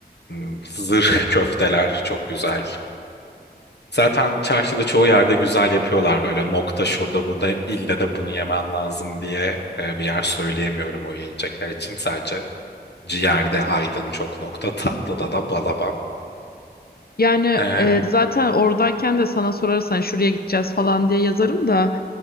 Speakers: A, on the left (about 75°); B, on the left (about 60°).
A: Hmm, Zırh köfteler çok güzel. Zaten çarşıda çoğu yerde güzel yapıyorlar böyle nokta şurada burada ille de bunu yemen lazım diye e, bir yer söyleyemiyorum o yiyecekler için sadece ciğerde aydın çok nokta tatlıda da balaban.
B: Yani
A: E,
B: e, zaten oradayken de sana sorarsan şuraya gideceğiz falan diye yazarım da.